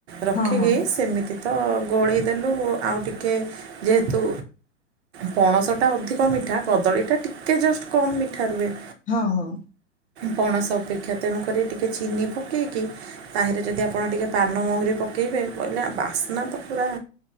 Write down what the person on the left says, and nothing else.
ହଁ ହଁ ହଁ ହଁ
ହଁ ହଁ।